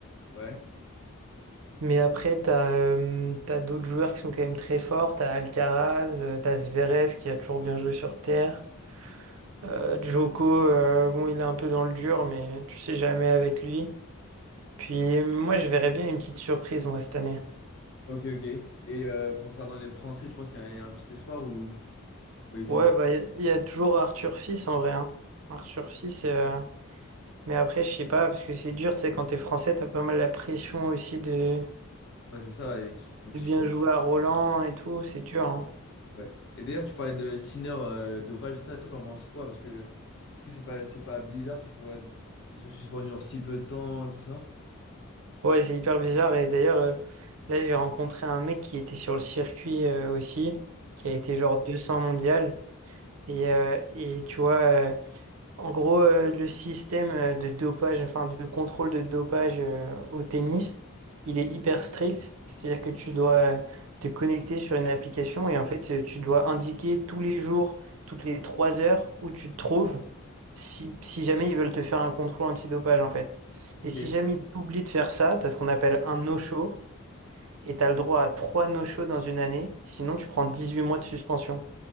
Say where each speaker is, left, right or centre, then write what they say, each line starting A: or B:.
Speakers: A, on the left; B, on the right.
A: Ouais.
B: Mais après, t'as euh, t'as d'autres joueurs qui sont quand même très forts. T'as Alcaraz, euh, t'as Zverev qui a toujours bien joué sur terre. Euh, Djoko, euh, bon, il est un peu dans le dur, mais tu sais jamais avec lui. Puis moi, je verrais bien une petite surprise moi cette année.
A: Ok, ok. Et euh, concernant les Français, tu penses qu'il y a un, un petit espoir ou pas du tout?
B: Ouais, bah il y, y a toujours Arthur Fils en vrai. Hein. Arthur Fils, euh, mais après, je sais pas parce que c'est dur. Tu sais, quand t'es français, t'as pas mal la pression aussi de,
A: Bah, c'est ça, et il faut que
B: de
A: tu-
B: bien jouer à Roland et tout. C'est dur. hein.
A: ouais. Et d'ailleurs, tu parlais de Sinner, euh, dopage, ça, toi, t'en penses quoi? Parce que, est-ce que c'est pas, c'est pas bizarre qu'il soit, qu'il soit suspendu, genre, si peu de temps et tout ça?
B: Ouais, c'est hyper bizarre. Et d'ailleurs, euh, là, j'ai rencontré un mec qui était sur le circuit euh, aussi, qui a été genre 200 mondial. Et, euh, et tu vois, euh, en gros, euh, le système euh, de dopage, enfin de contrôle de dopage euh, au tennis, il est hyper strict. C'est-à-dire que tu dois euh, te connecter sur une application et en fait, euh, tu dois indiquer tous les jours, toutes les trois heures où tu te trouves, si, si jamais ils veulent te faire un contrôle antidopage en fait.
A: Ok.
B: Et si jamais tu oublies de faire ça, tu as ce qu'on appelle un no-show et tu as le droit à trois no-shows dans une année. Sinon, tu prends 18 mois de suspension.